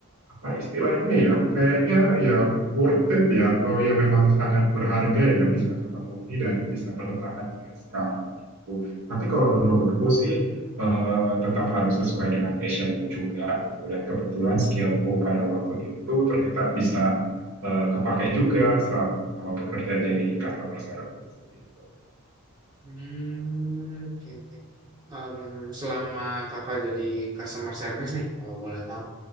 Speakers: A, on the right; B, on the right.
A: apa istilahnya ya kayaknya ya worth it ya atau ya memang sangat berharga ya bisa ketemu ini dan bisa bertahan hingga sekarang gitu. Tapi kalau menurutku sih uh, tetap harus sesuai dengan passionmu juga gitu dan kebetulan skillku pada waktu itu ternyata bisa uh, kepake juga selama bekerja jadi customer service gitu.
B: hmm, oke oke. Em, selama kakak jadi customer service nih, kalau boleh tahu,